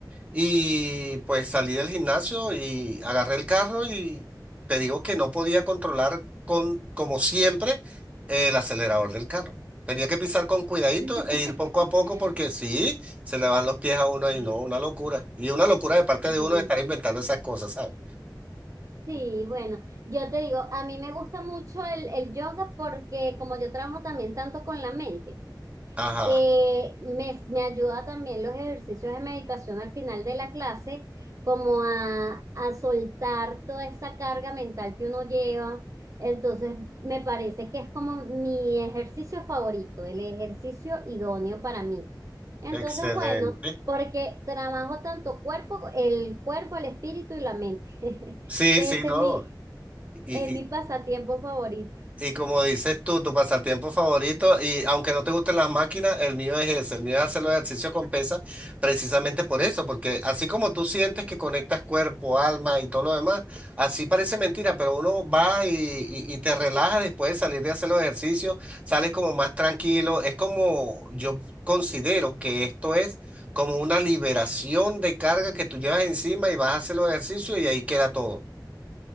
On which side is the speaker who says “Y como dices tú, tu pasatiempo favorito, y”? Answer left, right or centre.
Right